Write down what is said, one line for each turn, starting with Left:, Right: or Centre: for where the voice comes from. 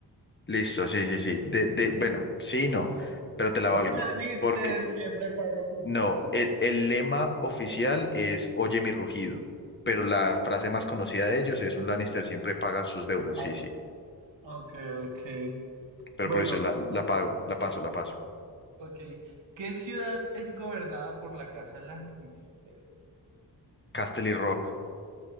Left: Listo, sí, sí, sí. De, de, bueno, sí, y no, pero te la
Right: Un
Left: valgo.
Right: Lannister
Left: porque
Right: siempre paga sus
Left: No,
Right: deudas.
Left: el, el lema oficial es Oye mi rugido, pero la frase más conocida de ellos es un Lannister siempre paga sus deudas,
Right: Ah,
Left: sí, sí,
Right: ok, ok.
Left: pero
Right: Bueno,
Left: por eso la, la pago, la paso, la paso.
Right: ok. ¿Qué ciudad es gobernada por la Casa Lannister?
Left: Casterly Rock,